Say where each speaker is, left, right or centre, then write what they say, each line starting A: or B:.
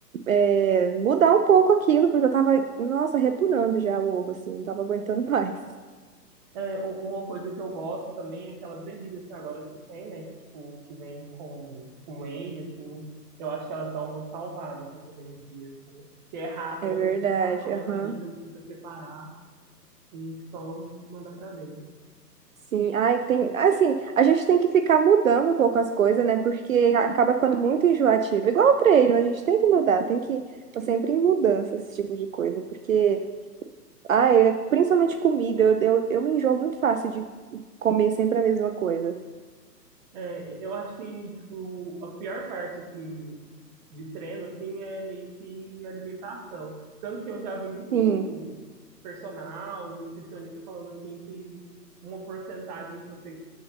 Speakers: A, on the right (about 55°); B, on the right (about 25°).
A: é, mudar um pouco aquilo, porque eu tava, nossa, repunando já o ovo, assim, não tava aguentando <laughs> mais.
B: É, u- uma coisa que eu gosto também é aquelas bebidas que agora que tem, né, tipo, que vem com, com whey, assim, eu acho que elas dão uma salvada, assim, também no dia, assim. Que é raro,
A: É
B: é uma
A: verdade,
B: coisa que já tá pronta
A: aham.
B: ali, que não precisa preparar e só mandar pra dentro.
A: Sim, ai, tem, assim, a gente tem que ficar mudando um pouco as coisas, né? Porque acaba ficando muito enjoativo. Igual o treino, a gente tem que mudar, tem que tá sempre em mudança esse tipo de coisa, porque ai, é, principalmente comida, eu, eu, eu me enjoo muito fácil de comer sempre a mesma coisa.
B: É, eu acho que tipo, a pior parte assim, de treino assim, é meio que alimentação. Tanto que eu já vi muito
A: Sim,
B: personal, nutricionista falando assim que uma porcentagem para você,